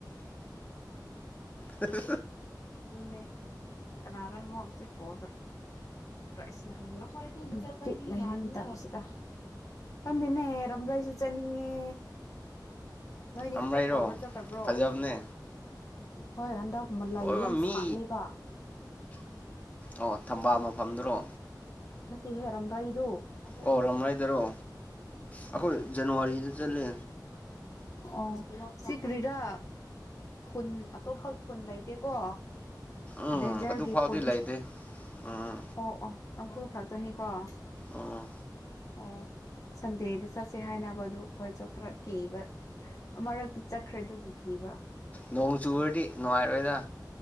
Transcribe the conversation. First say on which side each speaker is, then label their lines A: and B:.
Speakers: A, on the left; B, on the left.
A: ꯍꯦ
B: ꯑꯗꯨꯅꯦ ꯀꯅꯥꯔ ꯑꯃꯣꯁ ꯀꯣꯕ꯭ꯔꯥ ꯁꯁꯤꯗꯟꯅꯅꯦ ꯔꯝꯥꯏꯁꯨ ꯆꯅꯤꯡꯉꯦ ꯅꯣꯏꯗꯤ
A: ꯑꯃꯔꯩꯔꯣ
B: ꯍꯟꯗꯛ ꯀꯣꯏꯕ ꯆꯠꯇꯕ꯭ꯔꯣ
A: ꯐꯖꯕꯅꯦ
B: ꯍꯣꯏ ꯍꯟꯗꯛꯀ ꯂꯩ
A: ꯑꯣꯏꯕ
B: ꯌꯥꯝ
A: ꯃꯤ
B: ꯁꯥꯠꯂꯦꯕ
A: ꯑꯣ ꯊꯝꯕꯥꯜ ꯃꯐꯝꯗꯨꯔꯣ
B: ꯃꯠꯇꯦ ꯍꯦ ꯔꯝ꯭ꯔꯥ ꯏꯗꯨ ꯁ
A: ꯑꯣ ꯔꯝꯔꯩꯗꯔꯣ ꯑꯩꯈꯣꯏ
B: ꯆ
A: ꯖꯅꯋꯥꯔꯤꯗ ꯆꯠꯂꯦ
B: ꯑꯣ ꯁꯤ ꯀ꯭ꯔꯤꯔꯥ ꯈꯨꯟ ꯑꯇꯣꯞꯄ ꯈꯨꯟ ꯂꯩꯇꯦꯀꯣ
A: ꯎꯝ
B: ꯗꯦꯟꯖꯔꯒꯤ
A: ꯑꯗꯨ ꯐꯥꯎꯗꯤ
B: ꯈꯨꯟ
A: ꯂꯩꯇꯦ ꯎꯝ
B: ꯑꯣ ꯑꯣ ꯇꯥꯡꯈꯨꯜ ꯈꯛꯇꯅꯤꯀꯣ ꯎ
A: ꯎꯝ
B: ꯑꯣ ꯁꯟꯗꯦꯗ ꯆꯠꯁꯦ ꯍꯥꯏꯅꯕ ꯑꯗꯨ ꯑꯩꯈꯣꯏꯁꯨ ꯈꯔ ꯀꯤꯕ ꯃꯔꯛꯇꯤ ꯆꯠꯈ꯭ꯔꯦ ꯑꯗꯨꯕꯨ ꯀꯤꯕ
A: ꯅꯣꯡ ꯆꯨꯨꯔꯗꯤ ꯅꯨꯡꯉꯥꯏꯔꯣꯏꯗ